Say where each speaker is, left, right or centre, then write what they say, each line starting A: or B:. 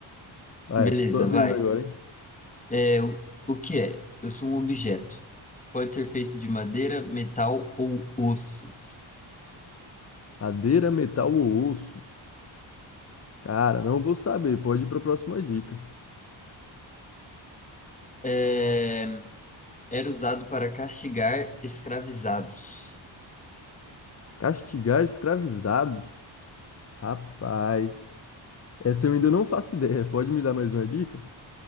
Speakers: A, on the left; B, on the left.
A: Vai,
B: Beleza,
A: sua vez
B: vai.
A: agora, hein?
B: É, o, o que é? Eu sou um objeto. Pode ser feito de madeira, metal ou osso.
A: Madeira, metal ou osso? Cara, não vou saber, pode ir pra próxima dica.
B: É, era usado para castigar escravizados.
A: Castigar escravizados? Rapaz, essa eu ainda não faço ideia. Pode me dar mais uma dica?